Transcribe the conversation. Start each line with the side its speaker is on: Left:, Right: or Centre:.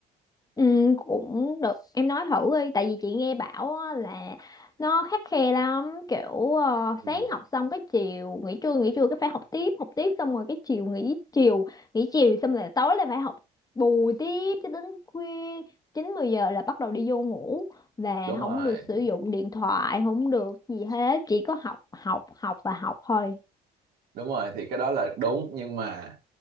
Left: Ừ, cũng được em nói thử đi tại vì chị nghe bảo á là nó khắt khe lắm kiểu ờ,
Right: Ừ,
Left: sáng học xong cái chiều nghỉ trưa nghỉ trưa cái phải học tiếp học tiếp xong rồi cái chiều nghỉ chiều nghỉ chiều xong là tối là phải học bù tiếp cho đến khuya chín mười giờ là bắt đầu đi vô ngủ và
Right: đúng rồi
Left: không được sử dụng điện thoại không được gì hết chỉ có học học học và học thôi
Right: đúng rồi thì cái đó là đúng nhưng mà